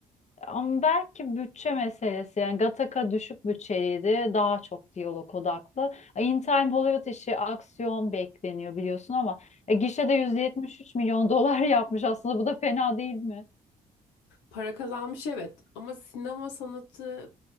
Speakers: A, on the left; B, on the left.
A: Ama belki bütçe meselesi yani Gattaca düşük bütçeliydi daha çok diyalog odaklı. In Time Hollywood işi aksiyon bekleniyor biliyorsun ama e, gişede 173 milyon <laughs> dolar yapmış aslında bu da fena değil mi?
B: Para kazanmış evet ama sinema sanatı